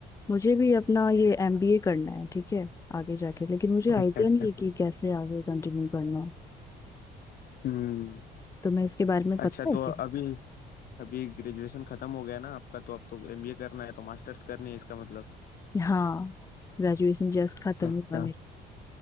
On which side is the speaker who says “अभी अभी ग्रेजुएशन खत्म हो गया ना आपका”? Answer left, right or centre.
Left